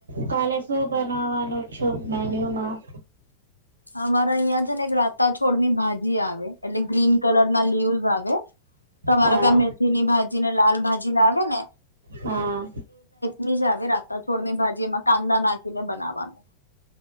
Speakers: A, on the right; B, on the left.
A: કાલે શું બનાવવાનું છે મેન્યુ માં.
B: અમારા અહિયાં છે ને એક રાતા છોડની ભાજી આવે એટલે ગ્રીન કલર ના લીવસ આવે. તમારે
A: હા.
B: ત્યાં મેથીની ભાજી ને લાલ ભાજ જીન આવે ને.
A: હા.
B: નીજ આવે રાતા છોડની ભાજી એમાં કાંદા નાખીને બનાવવાનું.